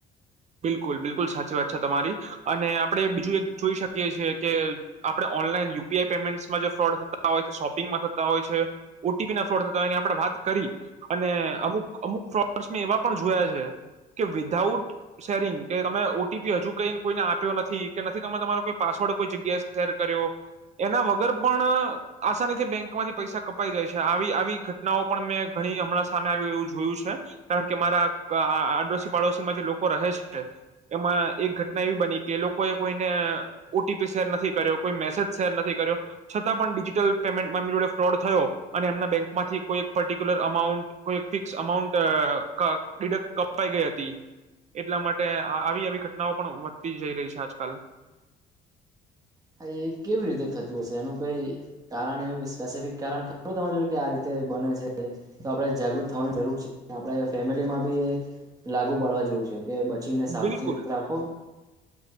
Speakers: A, on the right; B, on the right.
A: બિલકુલ બિલકુલ સાચી વાત છે તમારી અને આપણે બીજું એ જોઈ શકીએ છીએ કે આપણે ઓનલાઈન યુપીઆઈ પેમેન્ટમાં જે ફ્રોડ થતા હોય છે શોપિંગમાં થતા હોય છે ઓટીપીના ફ્રોડ થતા હોય આપણે વાત કરી અને અમુક અમુક ફ્રોડ્સ મેં એવા પણ જોયા છે કે વિધઉટ શેરિંગ કે તમે ઓટીપી હજુ કઈને કોઈને આપ્યો નથી કે નથી તમે તમારો કોઈ પાસવર્ડ કોઈ જગ્યાએ શેર કર્યો એના વગર પણ આસાનીથી બેંક માંથી પૈસા કપાઈ જાય છે આવી આવી ઘટનાઓ પણ મેં ઘણી હમણાં સામે આવ્યું એવું જોયું છે કારણ કે મારા આડોશી પાડોશીમાં જે લોકો લોકો રહે છે, એમાં એક ઘટના એવી બની કે લોકોએ કોઈને ઓટીપી શેર નથી કર્યો કોઈ મેસેજ શેર નથી કર્યો છતાં પણ ડિજિટલ પેમેન્ટમાં એમની જોડે ફ્રોડ થયો અને એમના બેંકમાંથી કોઈ પર્ટિક્યુલર અમાઉન્ટ કોઈ ફિક્સ અમાઉન્ટ વિગત કપાઈ ગઈ હતી એટલા માટે આવી આવી ઘટનાઓ પણ વધતી જઈ રહી છે, આજકાલ
B: હા, એ કેવી રીતે થતું હશે એનું કઈ કારણ એવું સ્પેસિફિક કારણ ખબર ત જોડ કે આ રીતે બને છે તો આપડે, જાગૃત થવાની જરૂર છે, આપણે ફેમિલીમાં બી એ લાગુ પાડવા જેવું છે કે બચીને સાવચેત
A: બિલકુલ
B: રાખો